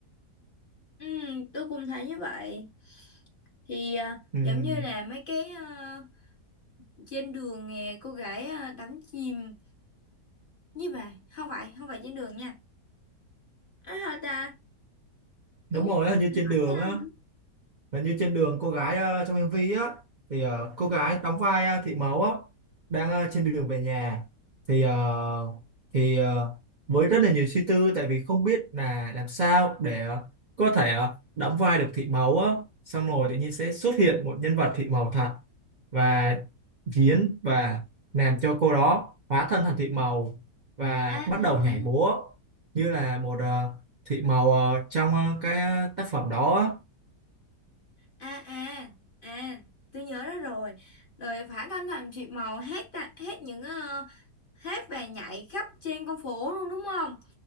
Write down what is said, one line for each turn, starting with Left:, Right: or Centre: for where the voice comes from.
Left: ừ, tôi cũng thấy như vậy thì ờ,
Right: Ừm,
Left: giống như là mấy cái ờ, trên đường nè cô gái ờ, đắm chìm nhưng mà không phải không phải trên đường nha à, hả ta
Right: đúng
Left: tôi cũng
Right: rồi
Left: không
Right: á,
Left: biết
Right: như
Left: là
Right: trên
Left: nói
Right: đường
Left: sao
Right: á
Left: nữa.
Right: Và như trên đường cô gái ờ, trong MV á thì ờ, cô gái đóng vai ờ, Thị Mẫu á đang ờ, trên đường về nhà thì ờ, thì ờ, với rất là nhiều suy tư tại vì không biết là làm sao để ờ, có thể ờ, đóng vai được Thị Mẫu á xong rồi tự nhiên sẽ xuất hiện một nhân vật Thị Mẫu thật và diễn và làm cho cô đó hóa thân thành Thị Mẫu và
Left: à à
Right: bắt đầu nhảy
Left: à
Right: múa như là một ờ, Thị Mẫu ờ, trong ờ, cái ờ, tác phẩm đó á
Left: à à à à, tôi nhớ đó rồi rồi Phả Thanh Thành Triệp Màu hát ta, hát những ờ, hát và nhảy khắp trên con phố luôn đúng không